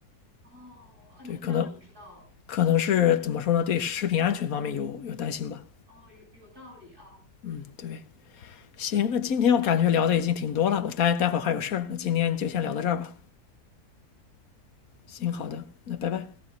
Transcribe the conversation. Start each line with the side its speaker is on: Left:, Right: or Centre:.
Right: 哦，啊那那我不知道，
Left: 对，可能可能是怎么说呢？对食品安全方面有有担心吧。
Right: 哦，有有道理啊。
Left: 嗯，对。行，那今天我感觉聊的已经挺多了，我待待会儿还有事儿，那今天就先聊到这儿吧。行，好的，那拜拜。